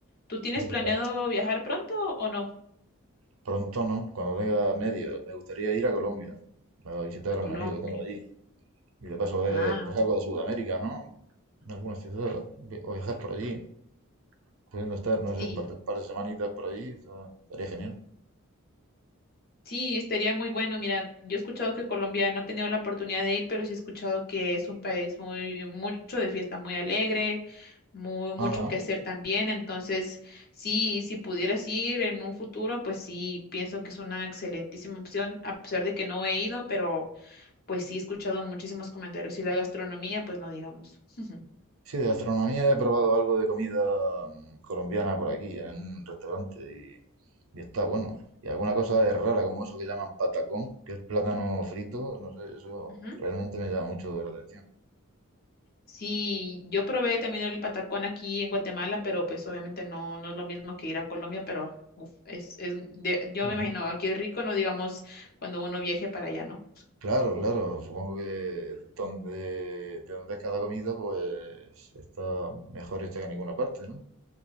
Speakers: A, on the left (about 45°); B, on the right (about 65°).
A: ¿Tú tienes
B: es interesante.
A: planeado viajar pronto o no?
B: Pronto, ¿no? Cuando tenga medio, me gustaría ir a Colombia a visitar
A: A Colombia.
B: a un amigo que tengo allí. Y de paso ver
A: Ah,
B: pues, algo de Sudamérica, ¿no? En algunas ciudades vi- o viajar por allí. Pudiendo estar, no
A: sí.
B: sé, un par de, par de semanitas por allí, está- estaría genial.
A: Sí, estaría muy bueno. Mira, yo he escuchado que Colombia no he tenido la oportunidad de ir, pero sí he escuchado que es un país muy, mucho de fiesta, muy alegre, muy, mucho
B: Ajá,
A: que hacer también. Entonces, sí, si pudieras ir en un futuro, pues sí, pienso que es una excelentísima opción, a pesar de que no he ido, pero pues sí he escuchado muchísimos comentarios y la gastronomía, pues no digamos. <laughs>
B: Sí, de gastronomía he probado algo de comida mm, colombiana por aquí, en un restaurante, y, y está bueno. Y alguna cosa es rara, como eso que llaman patacón, que es plátano frito, no sé, eso
A: Ujú.
B: realmente me llama mucho la atención.
A: Sí, yo probé también el patacón aquí en Guatemala, pero pues obviamente no, no es lo mismo que ir a Colombia, pero uf, es, es de- yo
B: Ujú.
A: me imagino, aquí es rico, no digamos cuando uno viaje para allá, ¿no?
B: Claro, claro, supongo que donde, de donde es cada comida, pues está mejor hecha que en ninguna parte, ¿no?